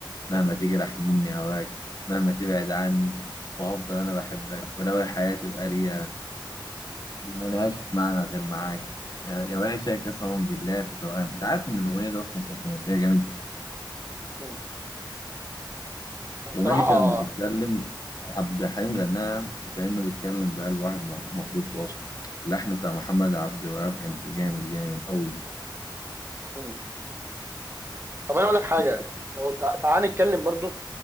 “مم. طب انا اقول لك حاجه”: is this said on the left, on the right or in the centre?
Right